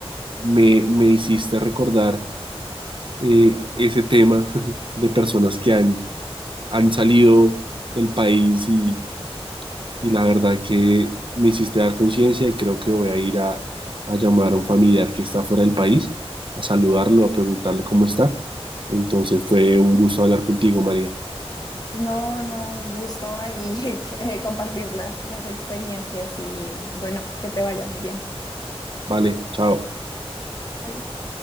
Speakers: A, on the right; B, on the left.
A: me, me hiciste recordar eh, ese tema <laughs> de personas que han han salido del país y, y la verdad que me hiciste dar conciencia y creo que voy a ir a, a llamar a un familiar que está fuera del país, a saludarlo, a preguntarle cómo está. Entonces fue un gusto hablar contigo, María.
B: No, no, un gusto ahí <laughs> eh, compartir las, las experiencias y bueno, que te vaya muy bien.
A: Vale, chao.
B: Adiós.